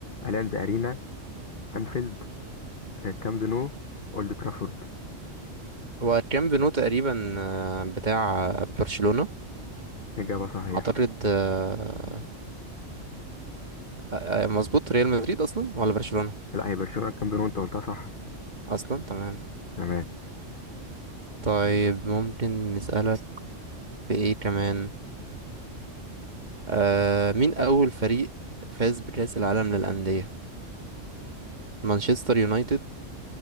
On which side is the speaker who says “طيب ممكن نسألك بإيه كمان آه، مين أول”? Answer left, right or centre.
Right